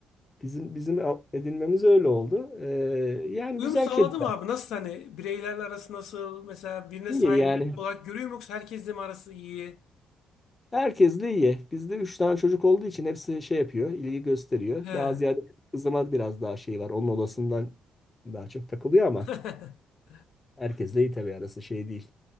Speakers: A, on the left; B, on the left.
A: Bizim bizim edinmemiz öyle oldu. E, yani
B: Uyum
A: güzel
B: sağladım
A: kedi.
B: abi. Nasıl hani bireylerle arası nasıl? Mesela birine
A: İyi
B: sahip
A: yani.
B: olarak görüyor mu yoksa herkesle mi arası iyi?
A: Herkesle iyi. Bizde üç tane çocuk olduğu için hepsi şey yapıyor, ilgi gösteriyor.
B: He.
A: Daha ziyade kızıma biraz daha şey var. Onun odasından daha çok takılıyor ama
B: <laughs>
A: herkesle iyi tabii arası şey değil.